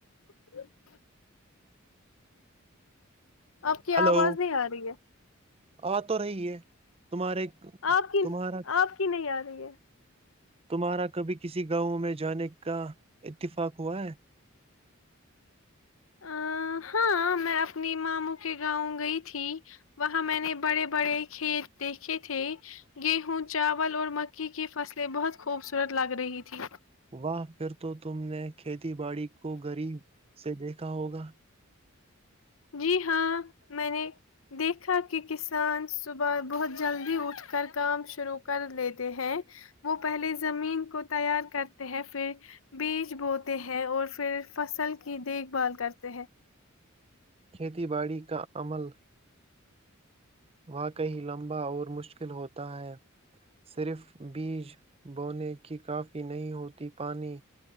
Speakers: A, on the left; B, on the right.
A: ج آپ کی آواز
B: ہلو
A: نہیں آ رہی ہے
B: آ تو رہی ہے تمہارے
A: آپ کی
B: تمہارا
A: آپ کی نہیں آ رہی ہے
B: تمہارا کبھی کسی گاؤں میں جانے کا اتفاق ہوا ہے
A: ا ہاں میں اپنی ماموں کے گاؤں گئی تھی وہاں میں نے بڑے بڑے کھیت دیکھے تھے گیہوں چاول اور مکی کی فصلیں بہت خوبصورت لگ رہی تھی
B: وہاہ پھر تو تم نے کھیتی باڑی کو غریب سے دیکھا ہوگا
A: جی ہاں میں نے دیکھا کہ کسان صبح بہت جلدی اٹھ کر کام شروع کر لیتے ہیں وہ پہلے زمین کو تیار کرتے ہیں پھر بیج بوتے ہیں اور پھر فصل کی دیکھ بھال کرتے ہیں
B: کھیتی باڑی کا عمل واقعی لمبا اور مشکل ہوتا ہے صرف بیج بونے کی کافی نہیں ہوتی پانی